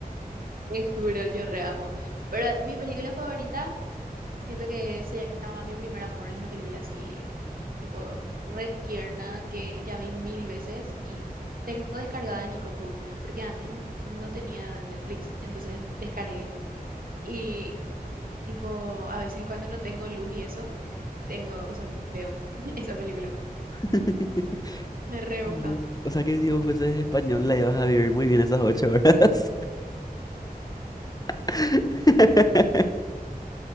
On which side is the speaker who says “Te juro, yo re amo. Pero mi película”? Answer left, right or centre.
Right